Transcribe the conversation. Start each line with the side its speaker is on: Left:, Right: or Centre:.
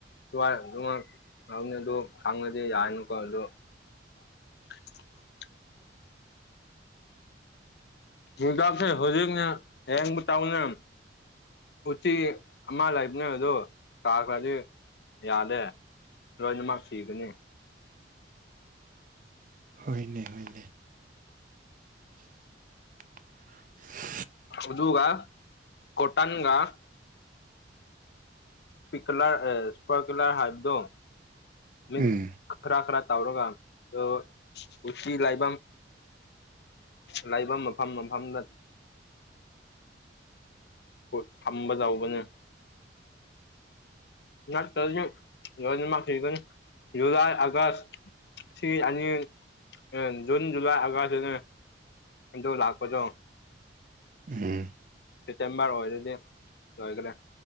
Left: ꯁꯨꯋꯥꯏ ꯑꯗꯨꯃꯛ <unintelligible> ꯈꯪꯉꯗꯤ ꯌꯥꯔꯅꯤꯀꯣꯗꯨ <unintelligible> ꯍꯤꯡꯇꯥꯛꯁꯦ ꯍꯧꯖꯤꯛꯅ ꯌꯦꯡꯕ ꯇꯥꯎꯅꯦ ꯎꯆꯤ ꯑꯃ ꯂꯩꯕꯅꯦ ꯑꯗꯨ ꯇꯥꯈ꯭ꯔꯗꯤ ꯌꯥꯗꯦ ꯂꯣꯏꯅꯃꯛ ꯁꯤꯒꯅꯤ
Right: ꯍꯣꯏꯅꯦ ꯍꯣꯏꯅꯦ <unintelligible>
Left: ꯎꯗꯨꯒ ꯀꯣꯇꯟꯒ ꯁ꯭ꯄꯤꯀꯂꯔ ꯑ ꯁ꯭ꯄꯥꯀꯂꯔ ꯍꯥꯏꯕꯗꯣ ꯃꯤꯛꯁ
Right: ꯎꯝ
Left: ꯈꯔ ꯈꯔ ꯇꯧꯔꯒ ꯗꯣ ꯎꯆꯤ ꯂꯥꯏꯕꯝ ꯂꯩꯕ ꯃꯐꯝ ꯃꯐꯝꯗ <unintelligible> ꯊꯝꯕ ꯗꯧꯕꯅꯦ <unintelligible> ꯖꯨꯨꯂꯥꯏ ꯑꯥꯒꯁ ꯁꯤ ꯑꯅꯤ ꯑ ꯖꯨꯟ ꯖꯨꯂꯥꯏ ꯑꯥꯒꯁꯅꯦ ꯑꯗꯨ ꯂꯥꯛꯄꯗꯣ
Right: ꯎꯝ
Left: ꯁꯦꯞꯇꯦꯝꯕꯔ ꯑꯣꯏꯔꯗꯤ ꯂꯣꯏꯈꯔꯦ